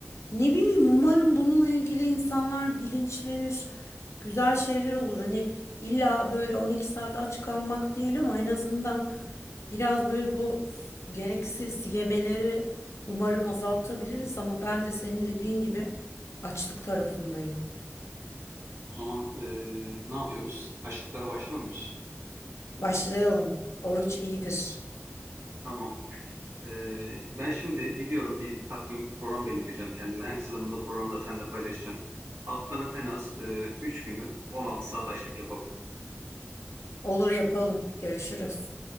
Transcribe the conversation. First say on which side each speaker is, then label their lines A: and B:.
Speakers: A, on the left (about 85°); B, on the right (about 85°).
A: Ne bileyim, umarım bununla ilgili insanlar bilinçlenir, güzel şeyler olur. Hani illa böyle 12 saat aç kalmak değil ama en azından biraz böyle bu f- gereksiz yemeleri umarım azaltabiliriz. Ama ben de senin dediğin gibi açlık tarafındayım.
B: O zaman e, ne yapıyoruz? Açlıklara başlıyor muyuz?
A: Başlayalım. Oruç iyidir.
B: Tamam. Ee, ben şimdi gidiyorum bir takvim program belirleyeceğim kendime. En kısa zamanda programı da seninle paylaşacağım. Haftanın en az e, 3 günü 16 saat açlık yapalım.
A: Olur yapalım. Görüşürüz.